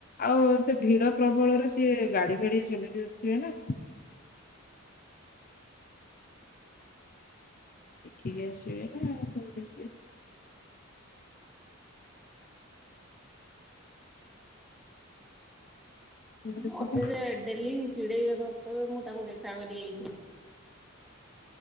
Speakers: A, on the left (about 40°); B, in the centre.
A: ଆଉ ସେ ଭିଡ ପ୍ରବଳରେ ସିଏ ଗାଡି ଫାଡି ଚଲେଇି ଆସୁଥିବେ ନା? ଦେଖିକି ଆସିବେ ନାଉ କେମିତି ଆସିବେ? ଏଗୁଡା
B: ମତେ
A: ସବୁ
B: ସେ ଡେଲି ଚିଡେଇବେ କହିବେ ମୁଁ ତାକୁ ଦେଖା କରି ଯାଇଥିଲ।